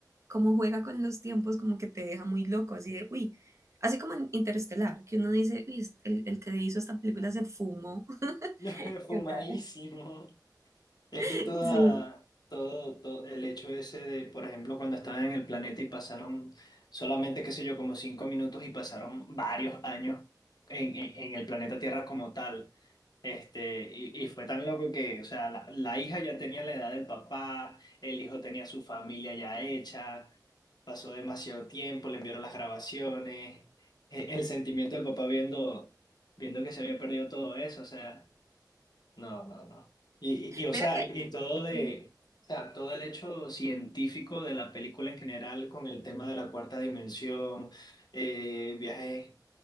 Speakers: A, on the right; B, on the left.
A: como juega con los tiempos, como que te deja muy loco, así de, uy, así como en Interestelar, que uno dice, uy, es- el, el que hizo esta película se fumó. <laughs>
B: <laughs> Fumadísimo.
A: O
B: Es
A: sea,
B: que toda,
A: Sí,
B: todo, todo el hecho ese de, por ejemplo, cuando estaban en el planeta y pasaron solamente, qué sé yo, como cinco minutos y pasaron varios años en, en- en el planeta Tierra como tal. Este, y, y fue tan loco que, o sea, la, la hija ya tenía la edad del papá, el hijo tenía su familia ya hecha, pasó demasiado tiempo, le enviaron las grabaciones, e- el sentimiento del papá viendo, viendo que se había perdido todo eso, o sea. No, no, no. Y, y, y, o
A: mira
B: sea,
A: que,
B: y, y todo de,
A: ujú,
B: o sea, todo el hecho científico de la película en general con el tema de la cuarta dimensión, eh, viajes,